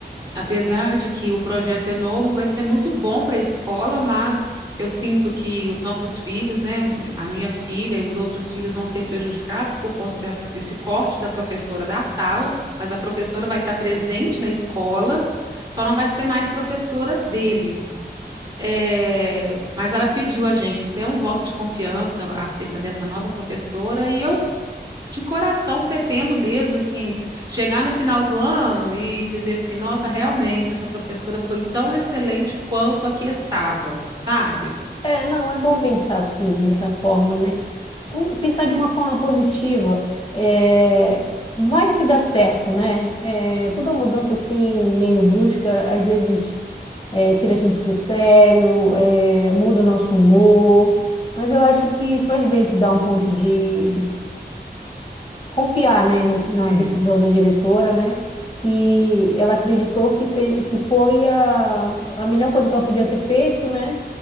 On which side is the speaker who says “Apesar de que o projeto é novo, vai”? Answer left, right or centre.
Right